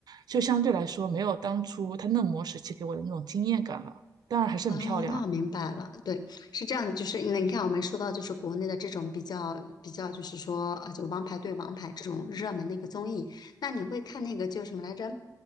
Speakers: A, on the right; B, on the left.
A: 就相对来说没有当初他嫩模时期给我的那种惊艳感了。当然还是很漂亮啊。
B: 哦，那我明白了，对，是这样的，就是你看，我们说到就是国内的这种比较比较，就是说呃，就王牌对王牌这种热门的一个综艺，那你会看那个叫什么来着？